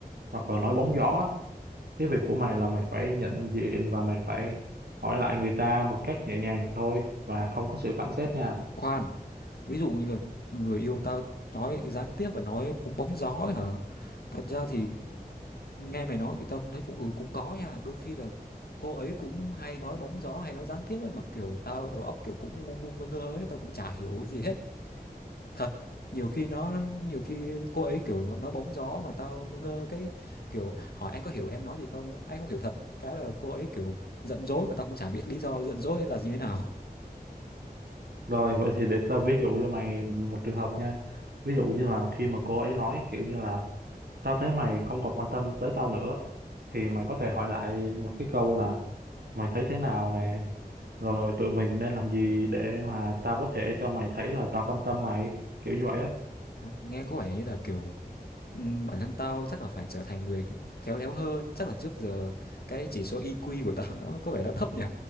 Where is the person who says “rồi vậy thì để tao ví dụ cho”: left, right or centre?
Right